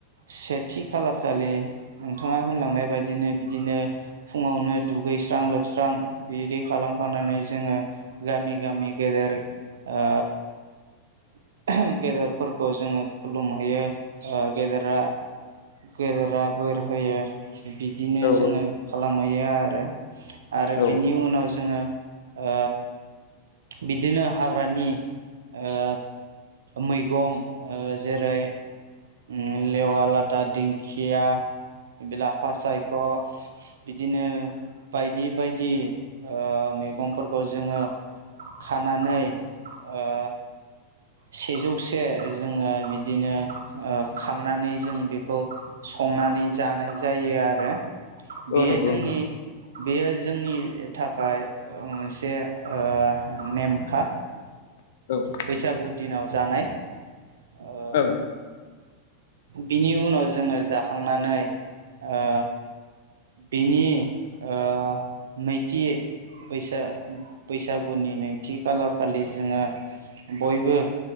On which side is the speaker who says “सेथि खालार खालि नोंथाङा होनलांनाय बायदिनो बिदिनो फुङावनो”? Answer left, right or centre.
Right